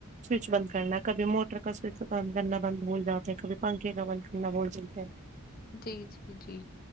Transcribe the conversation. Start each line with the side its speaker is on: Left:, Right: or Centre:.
Right: سوئچ بند کرنا کبھی موٹر کا سوئچ بند کرنا بند بھول جاتے ہیں کبھی پنکھے کا بند کرنا بھول جلتے ہیں
Left: جی جی جی